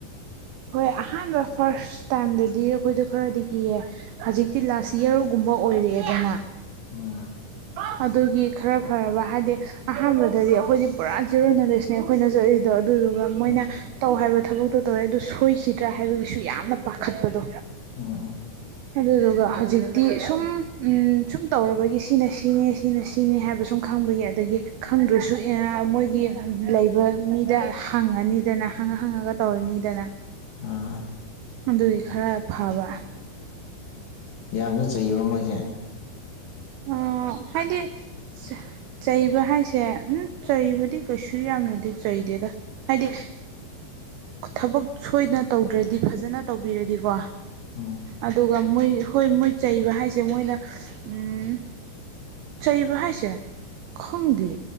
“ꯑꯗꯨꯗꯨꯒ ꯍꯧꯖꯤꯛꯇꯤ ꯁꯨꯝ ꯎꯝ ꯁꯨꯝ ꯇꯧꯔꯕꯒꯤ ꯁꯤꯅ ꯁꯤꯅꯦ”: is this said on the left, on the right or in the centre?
Right